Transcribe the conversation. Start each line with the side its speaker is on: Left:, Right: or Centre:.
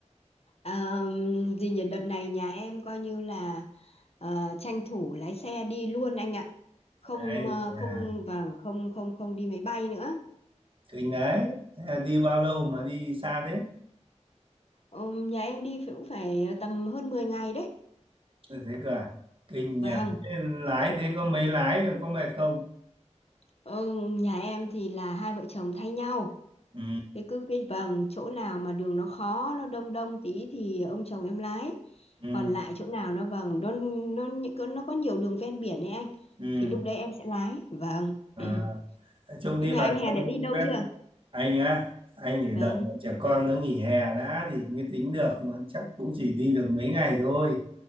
Left: Uh, gì nhỉ đợt này nhà em coi như là ờ, tranh thủ lái xe đi luôn anh ạ. Không
Right: Đấy
Left: ờ,
Right: là
Left: không vâng không không không đi máy bay nữa.
Right: kinh đấy Thế là đi bao lâu mà đi xa thế
Left: Ờ, nhà em đi cũng phải tầm hơn 10 ngày đấy.
Right: Ôi, Thế cả kinh
Left: Vâng.
Right: nhờ thế lái
Left: Thì-
Right: thế có mấy lái có mệt không
Left: Ờ, nhà em thì là hai vợ chồng thay nhau.
Right: ừ,
Left: cái cứ cái vầng chỗ nào mà đường nó khó nó đông đông tí thì ông chồng em lái
Right: ừ,
Left: còn lại chỗ nào nó vầng nó nó những cái- nó có nhiều đường ven biển ấy anh
Right: ừ.
Left: thì lúc đấy em sẽ lái vâng
Right: À,
Left: <clears throat>
Right: trông đi
Left: thế nhà
Right: vào
Left: anh Hèn
Right: trong
Left: đã đi đâu
Right: ven
Left: chưa
Right: anh á anh phải
Left: vâng
Right: đợi bọn trẻ con nó nghỉ hè đã thì mới tính được mà chắc cũng chỉ đi được mấy ngày thôi